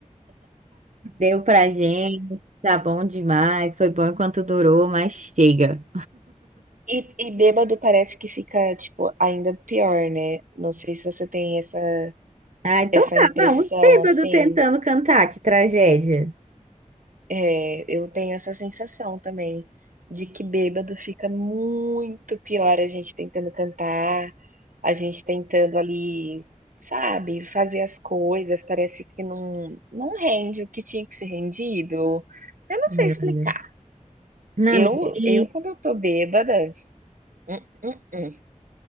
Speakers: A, on the right; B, on the right.
A: Entendeu pra gente, tá bom demais, foi bom enquanto durou, mas chega.
B: E e bêbado parece que fica, tipo, ainda pior, né. Não sei se você tem essa
A: Ah, então
B: essa
A: tá,
B: impressão,
A: não, os bêbados
B: assim.
A: tentando cantar, que tragédia.
B: É, eu tenho essa sensação também, de que bêbado fica muito pior, a gente tentando cantar, a gente tentando ali, sabe, fazer as coisas, parece que não não rende o que tinha que ser rendido. Eu não
A: Sim,
B: sei explicar.
A: amiga. Não,
B: Eu
A: amiga, e...
B: eu quando eu tô bêbada, hum, hum, hum,